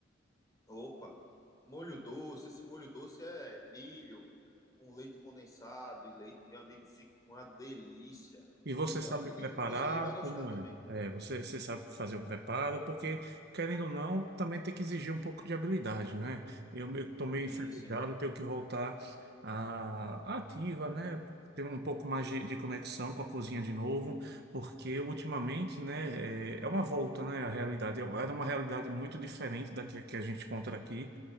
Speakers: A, on the left (about 20°); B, on the right (about 55°).
A: opa, molho doce, esse molho doce é milho com leite condensado e leite, meu amigo, fica uma delícia.
B: E você
A: E
B: sabe
A: eu acredito
B: preparar?
A: que você vai gostar
B: Como
A: também.
B: é? É, você, você sabe fazer o preparo? Porque, querendo ou não, também tem que exigir um pouco de habilidade, né? Eu estou meio enferrujado,
A: Sim, sim.
B: tenho que voltar à à ativa, né? Ter um pouco mais de, de conexão com a cozinha de novo, porque ultimamente, né, é, é uma volta, né, à realidade. É- Era uma realidade muito diferente da que, que a gente encontra aqui.